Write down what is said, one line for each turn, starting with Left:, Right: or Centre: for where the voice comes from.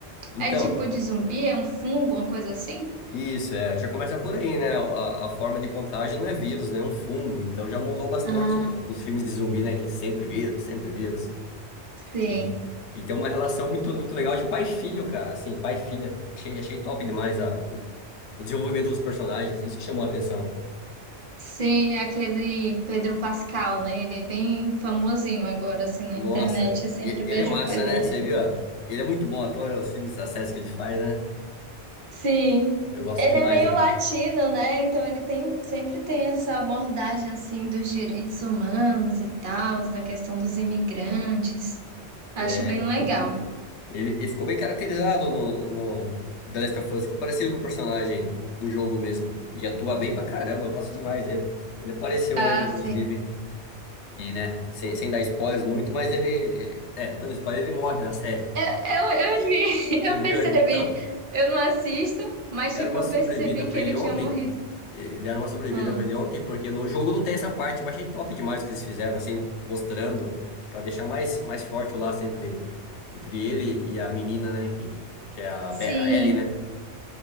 Left: Então,
Right: É tipo de zumbi, é um fungo, uma coisa assim?
Left: isso, é, já começa por aí, né? A, a forma de contágio não é vírus, né? É um fungo. Então, já mudou bastante
Right: Ah,
Left: do- dos filmes de zumbi, né? Que é sempre vírus, sempre vírus.
Right: sim.
Left: E, e tem uma relação muito, muito legal de pai e filho, cara. Assim, pai e filha. Achei, achei top demais a, o, o desenvolvimento dos personagens. Isso que chamou a atenção.
Right: Sim, é aquele Pedro Pascal, né? Ele é bem famosinho agora, assim, na
Left: Nossa,
Right: internet. Eu sempre
Left: e-
Right: vejo
Left: ele é massa,
Right: coisa
Left: né?
Right: dele.
Left: Você viu? Ele é muito bom ator, os filmes, as séries que ele faz, né?
Right: Sim,
Left: Eu gosto
Right: ele
Left: demais,
Right: é meio
Left: né?
Right: latino, né? Então ele tem, sempre tem essa abordagem, assim, dos direitos humanos e tal, da questão dos imigrantes. Acho
Left: É.
Right: bem legal.
Left: Ele, ele ficou bem caracterizado no, no The Last of Us, ficou parecido com o personagem do jogo mesmo. E atua bem pra caramba, eu gosto demais dele. Ele apareceu
Right: Ah,
Left: ontem, inclusive,
Right: sim.
Left: e, né? Sem, sem dar spoilers muito, mas ele, ele- É, dando spoiler, ele morre na série.
Right: Eu, eu, eu vi, <laughs>
Left: Você
Right: eu
Left: viu
Right: percebi.
Left: ele? Então.
Right: Eu não assisto, mas,
Left: Deram
Right: tipo,
Left: uma
Right: eu
Left: sobrevida
Right: percebi
Left: pra
Right: que ele
Left: ele
Right: tinha
Left: ontem.
Right: morrido.
Left: Eh, Deram uma sobrevida
Right: Ah,
Left: pra ele ontem, porque no jogo não tem essa parte. Eu achei top demais o que eles fizeram, assim, mostrando, pra deixar mais, mais forte o laço entre, entre ele e a menina, né? Que, que é a,
Right: sim.
Left: Be a Ellie, né?